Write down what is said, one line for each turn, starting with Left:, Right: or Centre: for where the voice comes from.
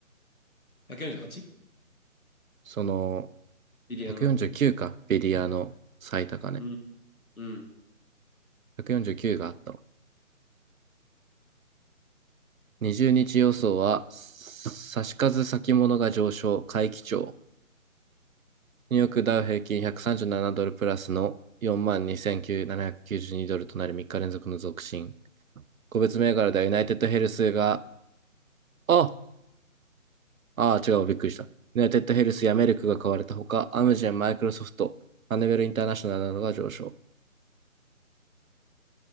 Left: 148?
Right: その、
Left: ビリヤードのね。
Right: 149か、ベリアの最高値。
Left: うん。うん。
Right: 149があったわ。20日予想は、差し数先物が上昇、回帰調。ニューヨークダウ平均137ドルプラスの42,792ドルとなり3日連続の続伸。個別銘柄ではユナイテッドヘルスが、ああ違う、びっくりした。ユナイテッドヘルスやメルクが買われたほか、アムジェン、マイクロソフト、ハネベルインターナショナルなどが上昇。